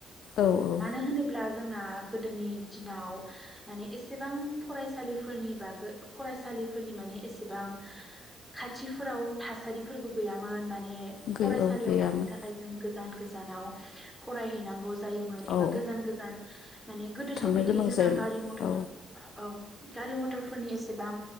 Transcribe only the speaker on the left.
औ औ
गै
औ गैयामोन
औ
थांनो
गोनां
जायोमोन
औ